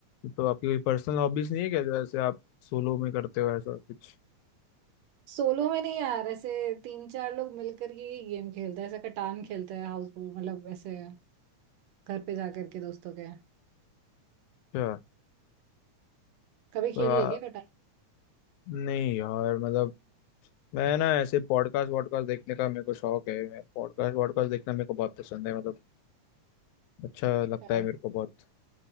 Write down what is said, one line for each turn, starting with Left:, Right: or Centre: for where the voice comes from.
Left: तो आपकी कोई पर्सनल हॉबीज नहीं है क्या जैसे आप सोलो में करते हो ऐसा कुछ
Right: सोलो में नहीं यार ऐसे तीन चार लोग मिल करके ही गेम खेलते हैं ऐसा कटान खेलते हैं हाउस मतलब ऐसे घर पे जा करके दोस्तों के
Left: अच्छा
Right: कभी खेली
Left: तो आ,
Right: है क्या कटान
Left: नहीं यार मतलब मैं ना ऐसे पॉडकास्ट वॉडकास्ट देखने का मेरे को शौक है मैं पॉडकास्ट वॉडकास्ट देखना मेरे को बहुत पसंद है मतलब अच्छा लगता
Right: हाँ।
Left: है मेरे को बहुत